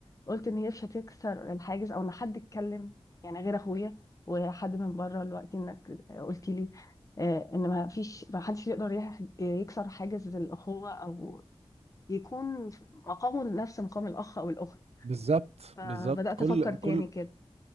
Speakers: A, on the left; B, on the right.
A: قلت ان هي مش هتكسر الحاجز او ان حد اتكلم يعني غير اخويا وحد من بره الوقت انك قلت لي آه، ان ما فيش ما حدش يقدر يح- يكسر حاجز الاخوه او يكون مقامه نفس مقام الاخ او الاخت
B: بالظبط
A: فبدات
B: بالظبط كل
A: افكر تاني
B: كل
A: كده